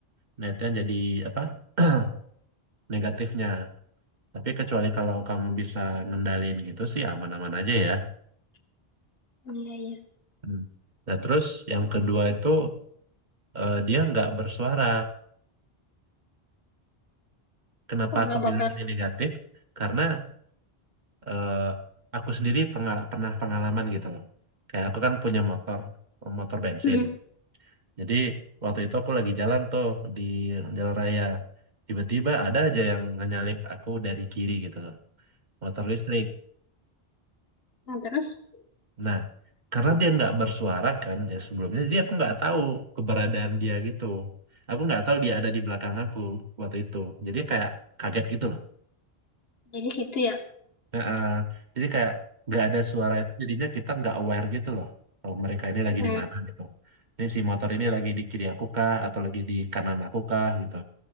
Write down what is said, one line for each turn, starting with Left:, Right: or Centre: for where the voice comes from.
Right: Nah, itu yang jadi apa? <clears throat> negatifnya. Tapi kecuali kalau kamu bisa ngendalin gitu sih aman-aman aja ya.
Left: iya iya.
Right: Hmm. Nah, terus yang kedua itu eh, dia nggak bersuara. Kenapa
Left: Oh nggak
Right: aku
Left: bakal.
Right: bilang ini negatif? Karena eh, aku sendiri penga- pernah pengalaman gitu loh. Kayak aku kan punya motor, motor bensin.
Left: Hmm,
Right: Jadi waktu itu aku lagi jalan tuh di jalan raya. Tiba-tiba ada aja yang nyalip aku dari kiri gitu loh. Motor listrik.
Left: nah, terus
Right: Nah, karena dia nggak bersuara kan dia sebelumnya, jadi aku nggak tahu keberadaan dia gitu. Aku nggak tahu dia ada di belakang aku waktu itu. Jadi kayak kaget gitu loh.
Left: jadi situ ya.
Right: Nah, eh, jadi kayak nggak ada suara itu, jadinya kita nggak aware gitu loh. Oh, mereka ini lagi
Left: Hmm,
Right: di mana gitu. Ini si motor ini lagi di kiri aku kah atau lagi di kanan aku kah gitu.